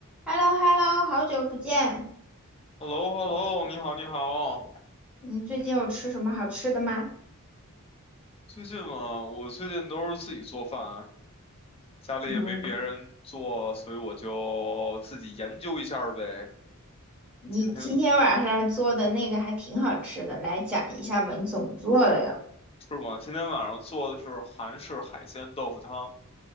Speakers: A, in the centre; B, on the left.
A: h e l l o h e l l o 好久不见，
B: h e l l o h e l l o 你好，你好。
A: 你最近有吃什么好吃的吗？
B: 最近嘛，我最近都是自己做饭，家里也没别人做，
A: 嗯，
B: 所以我就自己研究一下儿呗。
A: 你今天晚上做的那个还挺好吃的，
B: 今天
A: 来讲一下吧，你怎么做的呀？
B: 是吗？今天晚上做的是韩式海鲜豆腐汤，